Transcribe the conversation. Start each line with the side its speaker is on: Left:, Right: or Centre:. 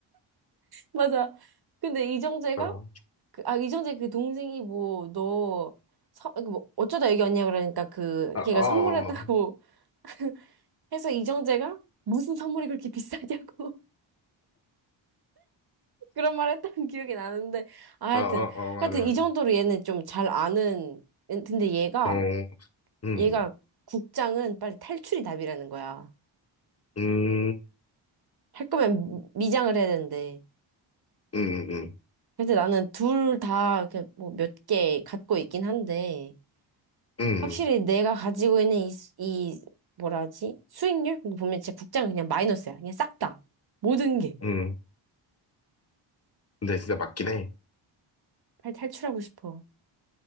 Right: 맞아. 근데 이정재가?
Left: <laughs> 어.
Right: 그, 아, 이정재 그 동생이 뭐, 너, 서, 그뭐 어쩌다 여기 왔냐 그러니까 그,
Left: 아,
Right: 걔가
Left: 어.
Right: 선물했다고 <laughs> 해서 이정재가 무슨 선물이 그렇게 비싸냐고. 그런 말 했던 <laughs> 기억이 나는데, 아, 하여튼,
Left: 어, 어, 어, 맞아,
Right: 하여튼
Left: 맞아.
Right: 이 정도로 얘는 좀 잘 아는, 근데 얘가,
Left: 어, 음,
Right: 얘가 국장은 빨리 탈출이 답이라는 거야.
Left: 음,
Right: 할 거면 미- 미장을 해야 되는데.
Left: 음, 음,
Right: 근데 나는 둘 다 뭐 몇 개 갖고 있긴 한데,
Left: 음,
Right: 확실히 내가 가지고 있는 이, 수- 이 뭐라 하지? 수익률? 그거 보면 진짜 국장은 그냥 마이너스야. 그냥 싹 다. 모든 게.
Left: 음. 근데 진짜 맞긴 해.
Right: 빨리 탈출하고 싶어.